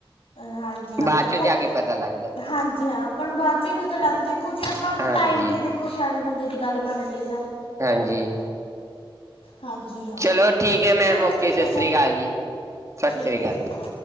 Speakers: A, on the left (about 85°); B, on the right (about 35°).
A: ਹਾਂਜੀ-ਹਾਂ,
B: ਬਾਅਦ
A: ਦੇਖੋ,
B: ਚੋਂ ਜਾ ਕੇ ਪਤਾ ਲੱਗਦਾ।
A: ਹਾਂਜੀ-ਹਾਂ। ਆਪਾਂ ਨੂੰ ਬਾਅਦ'ਚੋ ਹ ਪਤਾ ਲੱਗਦਾ, ਦੇਖੋ ਜੇ ਆਪਾਂ
B: ਹਾਂਜੀ
A: ਟਾਈਮ ਤੋਂ ਈ ਦੇਖੋ ਸਿਆਣੇ ਬੰਦੇ ਦੀ ਗੱਲ ਮੰਨ ਲਈਏ ਸਰ।
B: ਹਾਂਜੀ।
A: ਹਾਂਜੀ ਹਾਂ
B: ਚਲੋ ਠੀਕ ਹੈ ਮੈਮ
A: ਚਲੋ
B: ਓਕੇ,
A: ਠੀਕ
B: ਸਸ੍ਰੀ
A: ਹੈ ਸਰ
B: ਅਕਾਲ ਜੀ, ਸਸ੍ਰੀ
A: ਠੀਕ ਹੈ
B: ਅਕਾਲ।
A: ਸਤਿ ਸ਼੍ਰੀ